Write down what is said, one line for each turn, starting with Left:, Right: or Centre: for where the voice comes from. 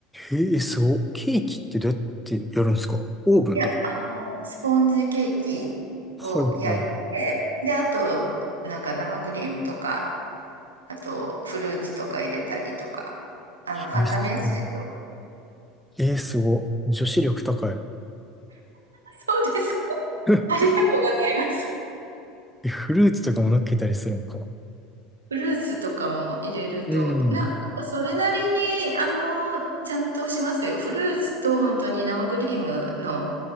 Centre: へえ、すごいケーキってどうやってやるんですかオーブンとか。
Right: いや、あの、スポンジケーキを焼いて、
Centre: はい、は
Right: で、あと、なんか生クリームとか、あと、フルーツとか入れたりとか。あの、簡単なやつですよ。
Centre: い。え、すごいえー、すごい女子力高い。
Right: そうですか。
Centre: <laughs>
Right: ありがとうございます。
Centre: え、フルーツとかも乗っけたりするんか。
Right: フルーツとかも入れると、
Centre: うん。
Right: な、なんかそれなりに、あの、ちゃんとしますよ。フルーツと本当に生クリームの、